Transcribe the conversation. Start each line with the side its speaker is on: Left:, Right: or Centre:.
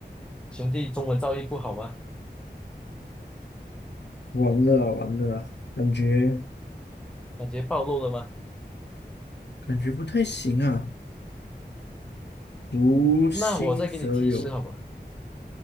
Centre: 兄弟中文造诣不好吗？
Left: 完了，完了，感觉
Centre: 感觉暴露了吗？
Left: 感觉不太行啊。无心则有，
Centre: 那我再给你提示好吧。